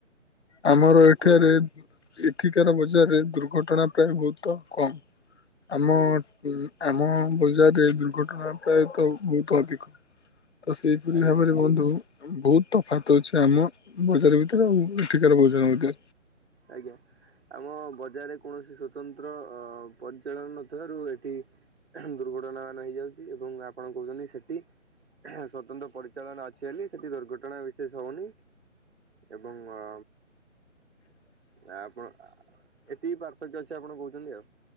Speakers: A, on the left (about 60°); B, on the right (about 55°).
A: ଆମର ଏଠାରେ,
B: କୁହନ୍ତୁ କୁହନ୍ତୁ
A: ଏଠିକାର ବଜାରରେ ଦୁର୍ଘଟଣା ପ୍ରାୟ ବହୁତ କମ୍। ଆମ
B: ଆଜ୍ଞା
A: <unintelligible> ଆମ ବଜାରରେ ଦୁର୍ଘଟଣା ପ୍ରାୟତ ବହୁତ ଅଧିକ। ତ ସେଇପରି
B: ଆଜ୍ଞା
A: ଭାବରେ ବନ୍ଧୁ ବହୁତ ତଫାତ ଅଛି ଆମ ବଜାର ଭିତରେ ଆଉ ଏଠିକାର ବଜାର ମଧ୍ୟରେ।
B: ଆଜ୍ଞା। ଆମ ବଜାରରେ କୌଣସି ସ୍ଵତନ୍ତ୍ର ଅ ପରିଚାଳନା ନଥିବାରୁ ଏଠି ଦୁର୍ଘଟଣା ମାନ ହେଇଯାଉଛି ଏବଂ ଆପଣ କହୁଛନ୍ତି ସେଠି ସ୍ୱତନ୍ତ୍ର ପରି ଚାଳନା ଅଛି ବୋଲି ସେଠି ଦୁର୍ଘଟଣା ବିଶେଷ ହଉନି ଏବଂ ଆ ଆପଣ ଏତିକି ପାର୍ଥକ୍ୟ ଅଛି ଆପଣ କହୁଛନ୍ତି ଆଉ।